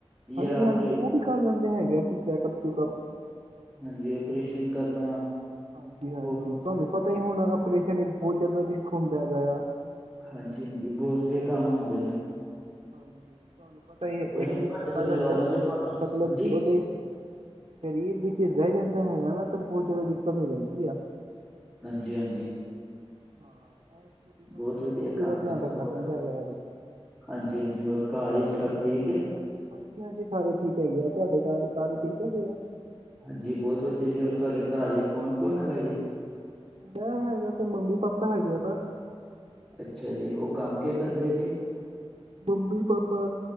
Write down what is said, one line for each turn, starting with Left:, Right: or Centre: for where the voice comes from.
Centre: ਜਾਂ
Right: ਹਾਂਜੀ! ਹਾਂਜੀ!
Centre: ਆਪਰੇਸ਼ਨ
Right: ਉਹ ਵੀ ਕਰ ਲੈਂਦੇ ਹੈਗੇ ਅਸੀਂ ਚੈਕਅਪ- ਚੁੱਕਅਪ
Centre: ਹਾਂਜੀ! ਓਪਰੇਸ਼ਨ ਕਰਨਾ
Right: ਹਾਂਜੀ! ਹਾਂਜੀ!
Centre: ਹੋਰ
Right: ਤੁਹਾਨੂੰ ਪਤਾ ਹੀ ਹੋਣਾ ਪਰੇਸ਼ਾਨ 'ਚ ਬਹੁਤ ਜ਼ਿਆਦਾ ਰਿਸਕ ਹੁੰਦਾ ਹੈਗਾ ਆ
Centre: ਹਾਂਜੀ! ਹਾਂਜੀ! ਬਹੁਤ ਜਿਹੇ
Right: ਹਾਂਜੀ
Centre: ਕੰਮ ਹੁੰਦੇ ਨੇ
Right: ਹਾਂਜੀ! ਤੁਹਾਨੂੰ ਪਤਾ ਹੀ
Centre: ਕੋਈ
Right: ਇੱਕ
Centre: ਨੀ
Right: ਵੀ
Centre: ਤੁਹਾਡੇ
Right: ਛੋਟਾ
Centre: ਕੋਲ
Right: ਜਿਹਾ
Centre: ਲਵਾ
Right: ਦਸ
Centre: ਲਾਂਗੇ ਤੁਹਾਨੂੰ
Right: ਮਤਲਬ
Centre: ਹਾਂਜੀ
Right: ਕਿ ਉਹਦੇ ਸਰੀਰ ਵਿੱਚ ਰਹਿ ਜਾਂਦਾ ਹੈਗਾ ਨਾ ਤਾਂ ਬਹੁਤ ਜ਼ਿਆਦਾ ਦਿੱਕਤ ਹੋ ਜਾਂਦੀ ਆ‌।
Centre: ਹਾਂਜੀ! ਹਾਂਜੀ!
Right: ਹਾਂ! ਐ ਛੋਟੀ- ਛੋਟੀ
Centre: ਬਹੁਤ
Right: ਗੱਲਾਂ
Centre: ਵਧੀਆ
Right: ਦਾ ਪੂਰਾ
Centre: ਕੰਮ
Right: ਧਿਆਨ
Centre: ਹੈ
Right: ਰੱਖਣਾ
Centre: ਹੋਰ
Right: ਪੈਂਦਾ ਹੈਗਾ ਜੀ
Centre: ਹਾਂਜੀ! ਹਾਂਜੀ! ਹੋਰ ਘਰ ਵਿੱਚ ਸਭ ਠੀਕ ਹੈ
Right: ਹਾਂਜੀ! ਹਾਂਜੀ! ਸਾਰੇ ਠੀਕ ਹੈਗੇ ਆ, ਤੁਹਾਡੇ ਘਰ ਸਾਰੇ ਠੀਕ ਹੈਗੇ ਆ
Centre: ਹਾਂਜੀ! ਬਹੁਤ ਵਧੀਆ ਜੀ ਹੋਰ ਤੁਹਾਡੇ ਘਰ ਹੀ ਕੌਣ- ਕੌਣ ਹੈਗਾ ਜੀ?
Right: ਮੈਂ ਹੈਗਾ ਤੇ ਮੰਮੀ, ਪਾਪਾ ਹੈਗੇ ਆ ਬ।
Centre: ਅੱਛਾ ਜੀ! ਉਹ ਕੰਮ ਕਿਆ ਕਰਦੇ ਜੇ?
Right: ਮੰਮੀ- ਪਾਪਾ,